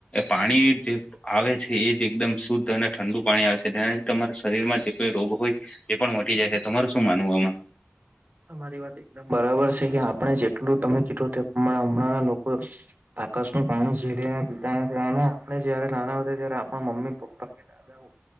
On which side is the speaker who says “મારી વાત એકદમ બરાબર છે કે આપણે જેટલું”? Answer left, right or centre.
Right